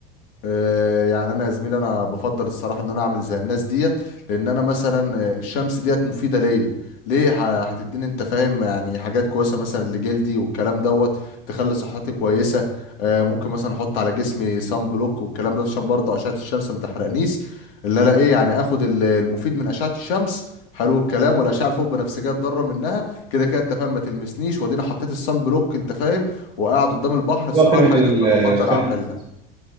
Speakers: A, on the left; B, on the right.
A: آه، يعني انا يا زميلي انا بفضل الصراحه ان انا اعمل زي الناس ديت لان انا مثلا آه، الشمس ديت مفيده ليا ليه ه- هتديني انت فاهم يعني حاجات كويسه مثلا لجلدي والكلام دوت تخلي صحتي كويسه آه، ممكن مثلا احط على جسمي صن بلوك والكلام ده عشان برضه اشعه الشمس ما تحرقنيش اللي انا ايه يعني اخد ال- المفيد من اشعه الشمس حلو الكلام والاشعه الفوق بنفسجيه اتضرر منها كده كده انت فاهم ما تلمسنيش وادينا حطيت الصن بلوك انت فاهم وقاعد قدام البحر الصراحه
B: واقي من
A: الحاجه
B: ال-
A: دي انا
B: الشمس
A: بفضل اعملها